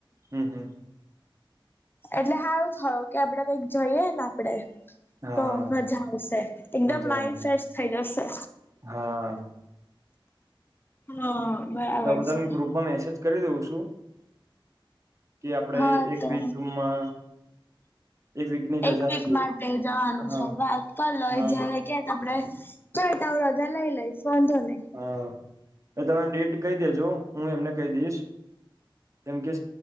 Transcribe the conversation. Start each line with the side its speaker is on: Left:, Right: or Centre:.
Right: હમ હમ
Left: એટલે હારુ થયુ કે આપડે કઈક જઈએને આપડે
Right: હા
Left: તો મજા આવશે, એકદમ
Right: મજા
Left: માઈન્ડ
Right: આવે
Left: ફ્રેશ થઈ જશે.
Right: હા
Left: હા. બરાબર
Right: તા બધાને
Left: છે
Right: ગ્રુપમાં મેસેજ કરી દઉં છું કે આપડે
Left: હા
Right: એક
Left: તો
Right: વીકમાં વીકની રજા
Left: એક વીક
Right: લઈએ
Left: માટે જવાનું
Right: હા
Left: છે, વાત કરલો
Right: હા
Left: એ જયારે કે તો આપડે કઈ તો અવ રજા લઈ લઇશ વાંધો નઈ
Right: હા તો તમે ડેટ કહી દેજો, હું એમને કહી દઈશ, કેમકે